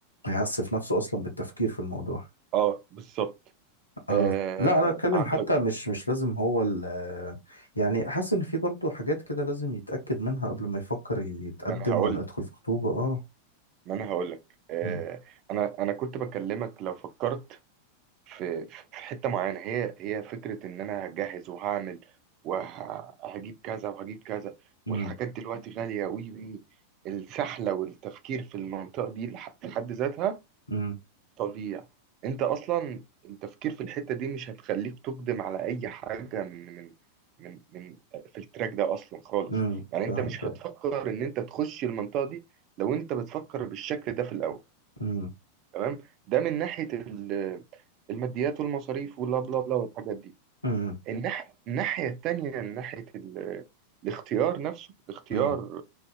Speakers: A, on the left; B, on the right.
A: هيعسف نفسه اصلا بالتفكير في الموضوع
B: اه بالظبط
A: آه
B: آه
A: لا انا اتكلم
B: عندك
A: حتى مش مش لازم هو ال يعني حاسس ان في برضه حاجات كده لازم يتاكد منها قبل ما يفكر يتقدم
B: ما انا هقول
A: ولا يدخل في خطوبه اه
B: ما انا هقول لك آه
A: أمم،
B: انا انا كنت بكلمك لو فكرت في في حتة معينة هي هي فكرة إن أنا هجهز وهعمل وهجيب كذا وهجيب كذا
A: أمم،
B: والحاجات دلوقتي غالية وي وي السحلة والتفكير في المنطقة دي لح- في حد ذاتها
A: أمم،
B: تضييع أنت أصلا التفكير في الحتة دي مش هتخليك تقدم على أي حاجة من من من من في التراك ده أصلا خالص
A: أمم.
B: يعني أنت
A: فاهم
B: مش
A: كده
B: هتفكر إن أنت تخش المنطقة دي لو أنت بتفكر بالشكل ده في الأول
A: أمم،
B: تمام ده من ناحيه ال- الماديات والمصاريف واللا بلا بلا والحاجات دي
A: أمم،
B: الناح- الناحيه التانيه من ناحيه ال- الاختيار نفسه الاختيار
A: أمم،